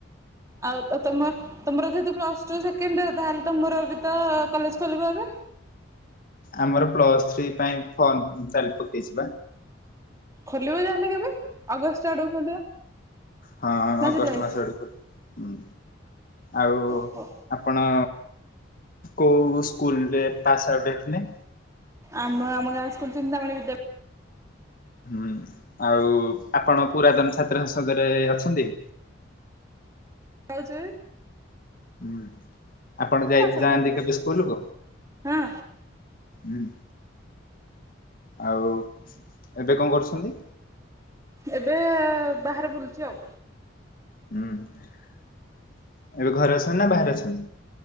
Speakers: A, on the right; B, on the left.
A: ଆଉ ତ ତମ ତମର ଜେ ପ୍ଲସ୍ ଟୁ ସେକେଣ୍ଡ ଇୟର ତାହେଲେ ତମର ବି ତ କଲେଜ ଖୋଲିବ ଏବେ?
B: ଆମର ପ୍ଲସ୍ ଥ୍ରୀ ପାଇଁ ଫର୍ମ ଚାଲି ପକେଇଚି ପା।
A: ଖୋଲିବ ତାହେଲେ କେବେ ଅଗଷ୍ଟ ଆଡକୁ ଖୋଲିବ?
B: ହଁ
A: ନା
B: ଅଗଷ୍ଟ
A: ଜୁଲାଇ
B: ମାସ ଆଡକୁ ଖଲ ହୁଁ ଆଉ
A: ଓହୋ
B: ଆପଣ କୋଉ ସ୍କୁଲରେ ପାସ୍ ଆଉଟ୍ ହେଥିଲେ।
A: ଆମେ ଆମ ଗାଁ ସ୍କୁଲ ଚିନ୍ତାମଣି ବିଦ୍ୟା
B: ହୁଁ ଆଉ ଆପଣ ପୁରାତନ ଛାତ୍ର ସଂସଦରେ ଅଛନ୍ତି?
A: ଆଉ ଜେ
B: ହୁଁ। ଆପଣ ଯାଇ
A: ଆଉଟ୍
B: ଯାଆନ୍ତି
A: ହେଇଥିଲେ?
B: କେବେ ସ୍କୁଲକୁୁ
A: ହଁ
B: ହୁଁ। ଆଉ ଏବେ କଣ କରୁସନ୍ତି।
A: ଏବେ ବାହାରେ ବୁଲୁଛି ଆଉ।
B: ହୁଁ ଏବେ ଘରେ ଅଛନ୍ତି ନା ବାହାରେ ଅଛନ୍ତି?